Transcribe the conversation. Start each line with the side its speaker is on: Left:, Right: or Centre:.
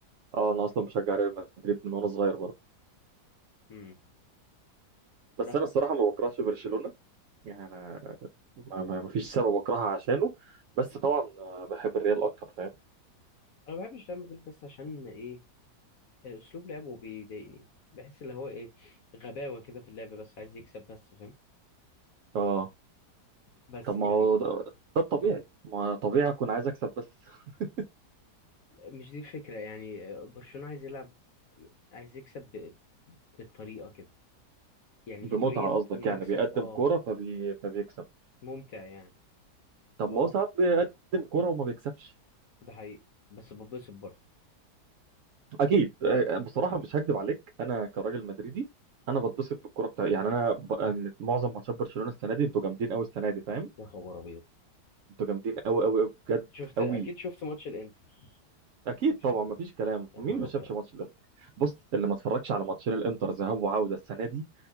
Right: اه انا اصلا بشجع ريال مدريد من وانا صغير برضه
Left: امم
Right: بس
Left: لا
Right: انا الصراحه ما بكرهش برشلونه يعني انا ما, ما ما فيش سبب اكرهها عشانه بس طبعا آه، بحب الريال اكتر فاهم
Left: انا ما بحبش ريال مدريد بس عشان ايه آه، اسلوب لعبه بيضايقني بحس اللي هو ايه غباوه كده في اللعب بس عايز يكسب بس فاهم
Right: اه
Left: بس
Right: طب ما
Left: يعني
Right: هو ده, ده الطبيعي
Left: ف-
Right: ما طبيعي اكون عايز اكسب بس <laughs>
Left: مش دي الفكرة يعني برشلونة عايز يلعب عايز يكسب ب... بالطريقة كده يعني
Right: بمتعه
Left: في طريقة
Right: قصدك
Left: مكسب
Right: يعني بيقدم
Left: اه
Right: كوره فبي... فبيكسب
Left: ممتع يعني
Right: طب ما
Left: واو
Right: هو ساعات بيقدم كوره وما بيكسبش
Left: ده حقيقي بس ببسط برضه
Right: اكيد
Left: فاهم
Right: أه، بصراحه مش هكدب عليك انا كراجل مدريدي انا بتبسط بالكوره بتاع يعني انا ب- آه، من معظم ماتشات برشلونه السنه دي انتوا جامدين قوي السنه دي فاهم
Left: يا خبر ابيض
Right: انتوا جامدين قوي قوي بجد
Left: شفت
Right: قوي
Left: اكيد شفت ماتش الانتر
Right: اكيد
Left: برشلونة
Right: طبعا
Left: والإنتر.
Right: ما فيش كلام
Left: يا
Right: مين
Left: نهار
Right: ما
Left: ابيض
Right: شافش ماتش الانتر بص اللي ما اتفرجش على ماتشين الانتر ذهاب وعوده السنه دي